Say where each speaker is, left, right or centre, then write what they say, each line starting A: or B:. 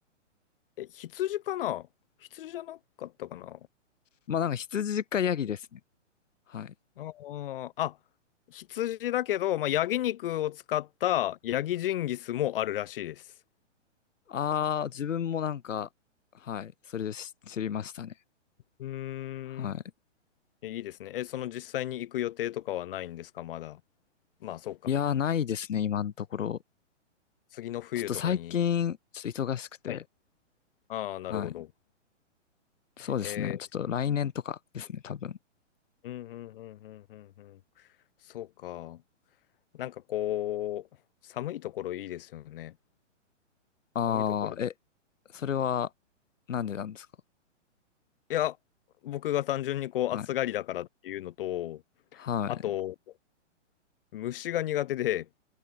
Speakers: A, on the left (about 45°); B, on the left (about 80°).
A: え、羊かな羊じゃなかったかな
B: まあなんか羊かヤギですね。はい。
A: あーあ、羊だけど、まあ、ヤギ肉を使ったヤギジンギスもあるらしいです。
B: ああ、自分もなんか、はい、それで知知りましたね。
A: うーん。
B: は
A: えいいですね。え、その実際に行く予定とかはないんですか、まだ。まあ、そうか。
B: い。いやー、ないですね、
A: つ
B: 今のところ。
A: 次の冬とかに。
B: ちょっと最近、ちょっと忙しくて、
A: はい。ああ、なるほど。
B: はい。そうですね、
A: えー、
B: ちょっと来年とかですね、多分。
A: うんうんうんうんうんうん。そうか。なんかこう、寒いところいいですよね。
B: ああ、
A: 寒いところ、
B: え、それは、なんでなんですか
A: いや、僕が単純にこう暑がりだからっていうのと、
B: はい。はい。
A: あと、虫が苦手で、